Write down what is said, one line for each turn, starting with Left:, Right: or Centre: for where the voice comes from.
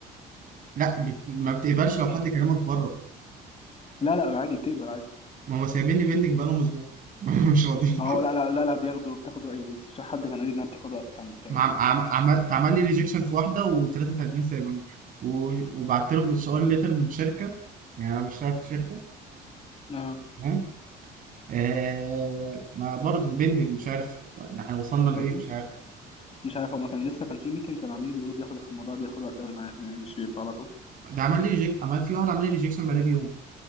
Right: لا بت... ما بتقبلش لو حد كلمك بره
Left: لا لا عادي بتقبل عادي
Right: ما هم سايبيني بيندنج بقالهم اسبوع <laughs> مش راضيين
Left: ما هو لا لا لا, لا بياخدوا بتاخد وقت يعني مش حد كان قال لي انها بتاخد وقت عم تعمل
Right: عم... عم... عم... اتعمل لي ريجكشن في واحده وثلاثه تانيين سايبيني و... وبعت لهم اتش ار ليتر من شركه يعني انا بشتغل في شركه
Left: اه
Right: تمام آه... ما برضه بيندنج مش عارف طب يعني احنا وصلنا لايه
Left: برضه
Right: مش عارف
Left: مش عارف هما كان لسه كان في ميتنج كانوا عاملين بيقولوا بياخد الموضوع بياخد وقت قوي معاهم يعني مش بيبقى على طول
Right: ده عمل لي ريجكت عمل في واحد عمل لي ريجكشن بعدها بيوم